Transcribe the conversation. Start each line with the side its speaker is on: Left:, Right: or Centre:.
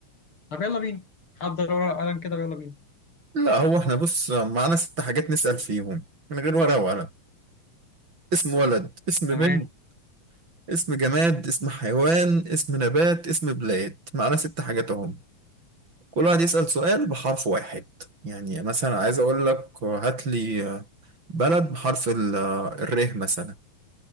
Left: طب يلا بينا حضر ورقة وقلم كده ويلا بينا
Right: لا هو احنا بص معانا ست حاجات نسال فيهم من غير ورقه وقلم اسم ولد اسم
Left: تمام
Right: بنت اسم جماد اسم حيوان اسم نبات اسم بلاد معانا ست حاجات اهم كل واحد يسأل سؤال بحرف واحد يعني مثلا عايز أقول لك هات لي بلد بحرف ال- الر مثلا